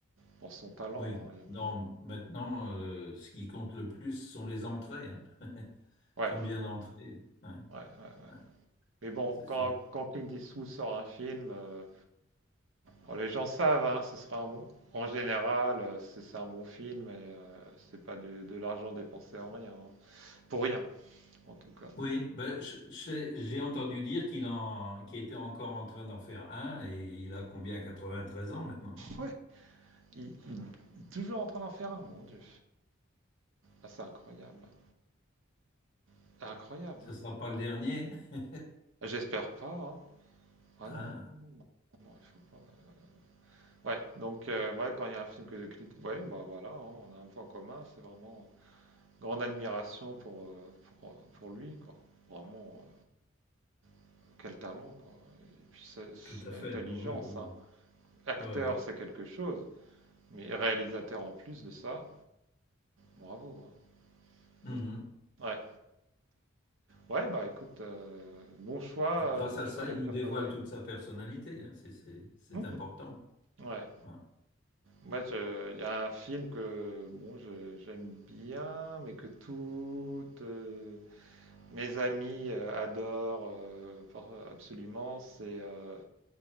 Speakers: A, on the right; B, on the left.
A: pour son talent,
B: Oui,
A: hein, y a
B: non,
A: pas de...
B: maintenant, euh, ce qui compte le plus ce sont les entrées, hein. <laughs>
A: Ouais,
B: Combien d'entrées? Ouais,
A: ouais, ouais. ouais.
B: ouais,
A: Mais bon,
B: c'est sûr.
A: quand, quand Clint Eastwood sort un film, euh, Alors, les gens savent, hein, ce sera un bon. En général, euh, c'est c'est un bon film et euh, c'est pas du- de l'argent dépensé en rien. hein. Pour rien, en tout cas.
B: Oui, ben, je- je- j'ai entendu dire qu'il en, qu'il était encore en train d'en faire un et il a combien? 93 ans maintenant. hein.
A: Ouais. Il, il- il est toujours en train d'en faire un, mon dieu. Ah, c'est incroyable. hein. C'est incroyable.
B: Ce
A: hein.
B: ne sera pas le dernier. <laughs>
A: J'espère pas. hein. Ah
B: Ah,
A: non, non, non, non, il faut pas. Ouais, Ouais, donc, euh, ouais, quand il y a un film que Clint. Ouais, bah voilà, hein, on a un point commun. C'est vraiment euh, grande admiration pour, euh, pour, euh, pour lui, quoi. Vraiment, euh, quel talent, quoi. Et puis, c'est- c'est
B: tout à fait.
A: intelligence,
B: hein, Oui, oui,
A: hein, acteur,
B: oui. Ouais, ouais.
A: c'est quelque chose, mais réalisateur en plus de ça, bravo.
B: Mhm.
A: hein. Mm. Ouais, ouais, bah écoute, euh, bon choix,
B: Et Grâce
A: euh, bon
B: à
A: choix
B: ça,
A: d'acteur
B: il nous dévoile
A: favori.
B: toute sa personnalité. hein, C'est, c'est- c'est
A: Mhm.
B: important.
A: Ouais,
B: Ouais.
A: moi, je- il y a un film que bon, je- j'aime bien, mais que toutes euh, mes amies euh, adorent euh, par- absolument, c'est euh,